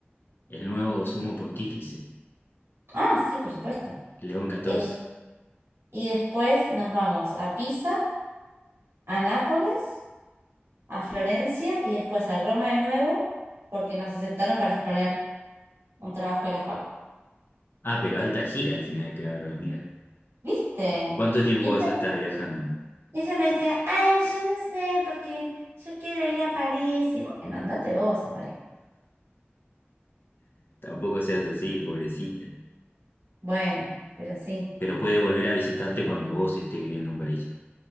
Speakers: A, on the left (about 55°); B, on the right (about 85°).
A: el nuevo sumo pontífice,
B: Ah, sí, por supuesto.
A: León catorce
B: Eh, Y después nos vamos a Pisa, a Nápoles, a Florencia y después a Roma de nuevo, porque nos aceptaron para exponer un trabajo de la facu.
A: Ah, pero alta gira al final, claro, amiga.
B: ¿Viste?
A: ¿Cuánto tiempo
B: Y ella
A: vas a
B: me,
A: estar viajando?
B: ella me decía, ay, yo no sé, porque yo quiero ir a París. Y bueno, andate vos a París.
A: Tampoco seas así, pobrecita.
B: Bueno, pero sí,
A: Pero puede volver a visitarte cuando vos estés viviendo en París,